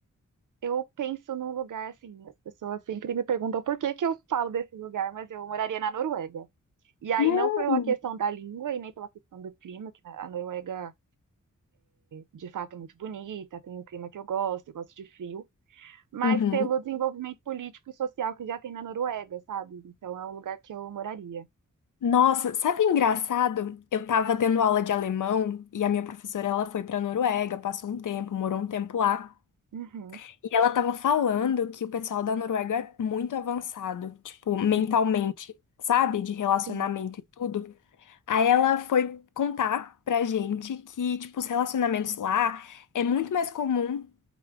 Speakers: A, on the right; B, on the left.
A: <laughs> eu penso num lugar assim, as pessoas sempre me perguntam por que que eu falo desse lugar, mas eu moraria na Noruega. E aí,
B: Hum.
A: não pela questão da língua e nem pela questão do clima, que a Noruega, de fato, é muito bonita, tem um clima que eu gosto, eu gosto de frio, mas
B: Uhum.
A: pelo desenvolvimento político e social que já tem na Noruega, sabe? Então, é um lugar que eu moraria.
B: Nossa, sabe engraçado? Eu tava tendo aula de alemão e a minha professora ela foi pra Noruega, passou um tempo, morou um tempo lá,
A: Uhum,
B: e ela tava falando que o pessoal da Noruega é muito avançado, tipo, mentalmente,
A: sim,
B: sabe? De relacionamento
A: sim,
B: e tudo. Aí ela foi contar pra gente que, tipo, os relacionamentos lá é muito mais comum